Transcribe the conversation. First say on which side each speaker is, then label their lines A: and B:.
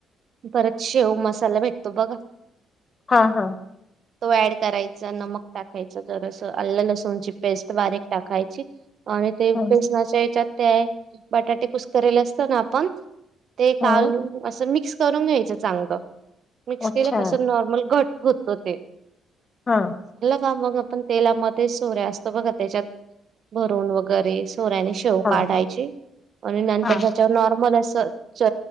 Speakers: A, on the right; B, on the left.
A: परत शेव मसाला भेटतो बघा.
B: हा हा
A: तो ऍड करायचा नमक टाकायच जस अल्ल लसूणची पेस्ट बारीक टाकायची आणि ते
B: ह
A: फेसनाच्या याच्यात ते आहे बटाटे कुसकरेले असत ना आपण ते कालू
B: हं
A: असं मिक्स करून घ्यायचं चांग मिक्स
B: अच्छा
A: केल्या नॉर्मल घट होतो तेट
B: हा
A: ह मग आपण तेलामध्ये सोऱ्या असतो बघा त्याच्यात भरून वगैरे. चोऱ्याने शेव
B: हा
A: काढायची
B: हा
A: आणि नंतर
B: हा
A: त्याच्यावर नॉर्मल असं. च